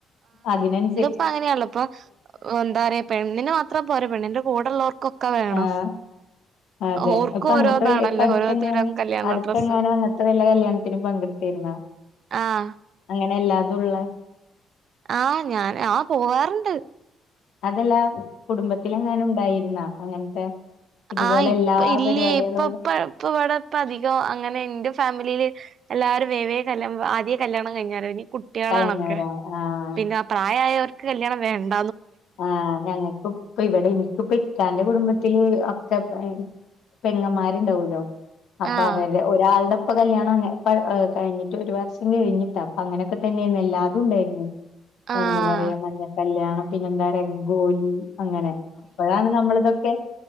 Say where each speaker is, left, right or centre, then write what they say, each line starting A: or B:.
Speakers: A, on the left; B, on the right.
A: അതിനനുസരി
B: ഇപ്പോ അങ്ങനെയാണല്ലോ ഇപ്പം എന്താ പറയാ പെണ്ണിന് മാത്രം പോരാ പെണ്ണിന്റെ കൂടെയു ള്ളവർക്കൊക്കെ വേണം
A: ആഹ് അതെ
B: ഓർക്കും
A: ഇപ്പോ അങ്ങനത്തെ
B: ഓരോന്നാണല്ലോ
A: വലിയ ഇപ്പോ അടുത്തെങ്ങാനും
B: ഓരോത്തരം കല്യാണ
A: അടുത്തെ
B: ഡ്രസ്സ്
A: ങ്ങാനോ അങ്ങനത്തെ വല്ല കല്യാണത്തിനും പങ്കെടുത്തിരുന്നോ
B: ആഹ്
A: അങ്ങനെ അല്ലാതുള്ള
B: ആ ഞാൻ ആ പോവാറുണ്ട്
A: അതല്ലാ കുടുംബത്തിലെങ്ങാനും ഉണ്ടായിരുന്നോ അങ്ങനത്തെ ഇതുപോലെ
B: ആ ഇപ്പ
A: എല്ലാ
B: ഇല്ലയേ
A: പരിപാടികളും
B: ഇപ്പം ഇപ്പം ഇപ്പം ഇവിടെ ഇപ്പം അധികം അങ്ങനെ എന്റെ ഫാമിലിയില് എല്ലാരും വേവേ കല്യാ ആ ആദ്യമേ കല്യാണം കഴിഞ്ഞാറന്ന് കുട്ടികളാണൊക്കെ
A: കഴിഞ്ഞവരാ ആഹ്
B: പിന്നെ പ്രായമായവർക്ക് കല്യാണം വേണ്ട
A: ആ ഞങ്ങക്ക് ഇപ്പം ഇവിടെ എനിക്കിപ്പോ ഇക്കാന്റെ കുടുംബത്തില് <unintelligible> പെങ്ങന്മാരുണ്ടാവുല്ലോ അപ്പോ
B: ആഹ്
A: അവര് ഒരാളടെ ഇപ്പോ കല്യാണം ക കഴിഞ്ഞിട്ട് ഒരു വർഷം കഴിഞ്ഞിട്ട് അപ്പോ അങ്ങനെയെക്കെ തന്നെയായിരുന്നു എല്ലാരും ഉണ്ടായിരുന്നു
B: ആഹ്
A: എന്താ പറയാ മഞ്ഞ കല്യാണം പിന്നെ എന്താ രംഗോലി അങ്ങനെ അപ്പോഴാണ് നമ്മള് ഇതൊക്കെ